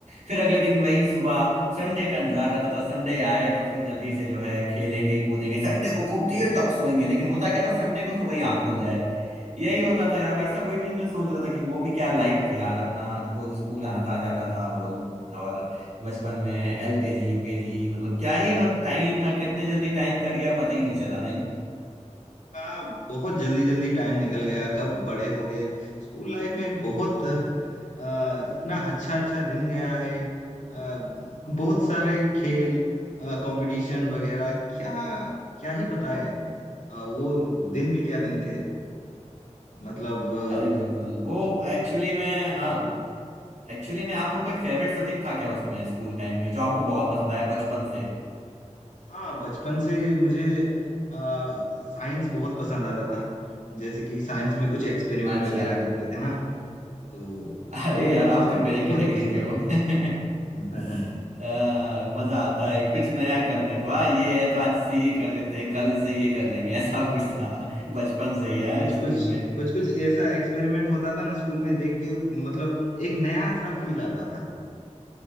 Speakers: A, on the right; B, on the left.
A: फिर अगले दिन वही सुबह संडे का इंतजार रहता था संडे आए तो फिर जल्दी से जो है खेलेंगे कूदेंगे संडे को खूब देर तक सोएंगे लेकिन होता क्या था संडे को सुबह ही आँख खुल जाए यही होता था यार वही सब वही वही मैं सोच रहा था कि वो भी क्या लाइफ थी यार अपना रोज स्कूल आना था जाता था हम लोग और बचपन में एलकेजी यूकेजी मतलब क्या ही मतलब टाइम था कितने जल्दी टाइम कट गया पता ही नहीं चला नहीं
B: आ, बहुत जल्दी जल्दी टाइम निकल गया कब बड़े हो गए स्कूल लाइफ में बहुत आ, इतना अच्छा अच्छा दिन गया है आ, बहुत सारे खेल आ, कंपटीशन वगैरह क्या क्या ही बताएं आ, वो दिन भी क्या दिन थे मतलब आ,
A: अरे बिल्कुल वो एक्चुअली में हाँ एक्चुअली में आपका कोई फेवरेट सब्जेक्ट था क्या उसमें स्कूल टाइम में जो आपको बहुत पसंद आया बचपन से
B: हाँ बचपन से मुझे आ, साइंस बहुत पसंद आता था जैसे कि साइंस में कुछ एक्सपेरिमेंट
A: अच्छा
B: वगैरह करते थे ना तो
A: अरे
B: वो
A: यार आप
B: मुझे
A: तो मेरे
B: बहुत
A: कैटेगरी
B: ही पसंद
A: के हो <laughs>
B: आता था <laughs>
A: आ, मजा आता है कुछ नया करने को हाँ ये है तो आज से ये कर लेते हैं कल इससे ये कर लेंगे ऐसा कुछ था <laughs> बचपन से
B: हाँ
A: ही है
B: कुछ
A: स्कूल
B: कुछ
A: में
B: कुछ कुछ ऐसा एक्सपेरिमेंट होता था ना स्कूल में देख के मतलब एक नया सा फील आता था